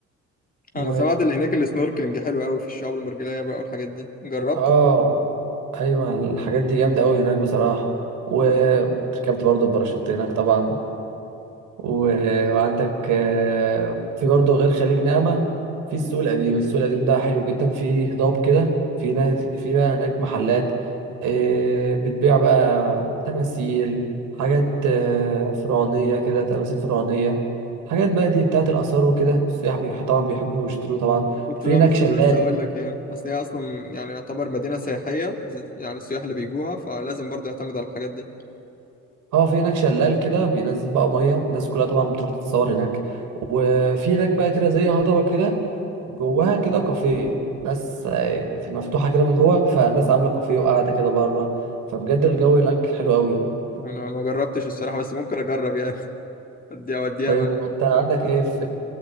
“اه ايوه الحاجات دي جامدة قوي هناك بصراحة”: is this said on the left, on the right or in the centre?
Right